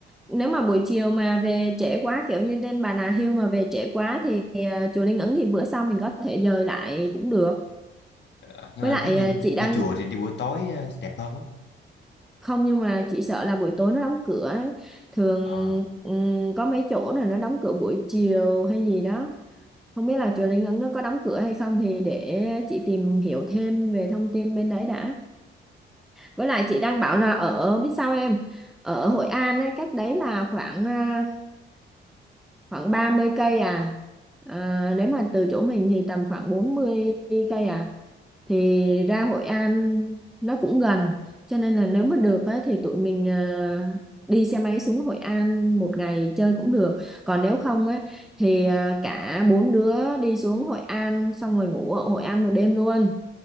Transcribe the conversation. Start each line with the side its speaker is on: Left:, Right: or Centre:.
Centre: nếu mà buổi chiều mà về trễ quá kiểu như lên Bà Nà Hills mà về trễ quá thì, thì à, chùa Linh Ứng thì bữa sau mình có thể dời lại cũng được.
Left: Ờ, nhưng
Centre: Với
Left: mà em
Centre: lại
Left: thấy đi
Centre: à, chị đang
Left: đi chùa thì đi buổi tối ờ, đẹp hơn á
Centre: không nhưng mà chị sợ là buổi tối nó đóng cửa đấy. Thường
Left: Ờ,
Centre: ừm, có mấy chỗ này nó đóng cửa buổi chiều hay gì đó. Không biết là chùa Linh Ứng nó có đóng cửa hay không thì để chị tìm hiểu thêm về thông tin bên đấy đã. Với lại chị đang bảo là ở biết sao em ở Hội An ấy, cách đấy là khoảng à, khoảng 30 cây à. À, nếu mà từ chỗ mình thì tầm khoảng bốn mươi cây à thì ra Hội An nó cũng gần cho nên là nếu mà được ấy, thì tụi mình à, đi xe máy xuống Hội An một ngày chơi cũng được còn nếu không ấy thì à, cả bốn đứa đi xuống Hội An xong rồi ngủ ở Hội An một đêm luôn